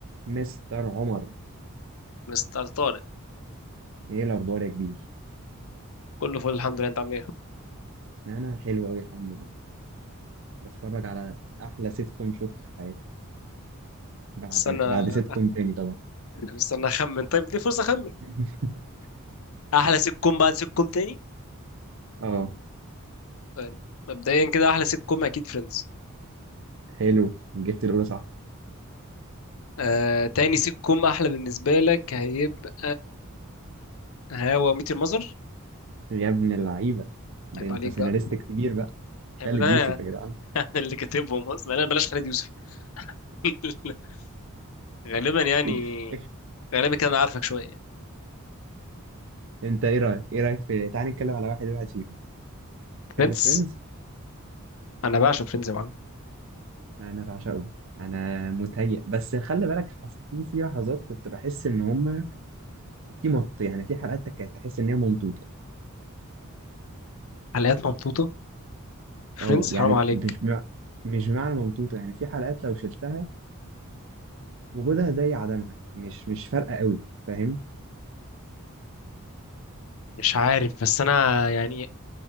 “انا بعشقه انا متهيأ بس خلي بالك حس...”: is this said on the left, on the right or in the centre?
Right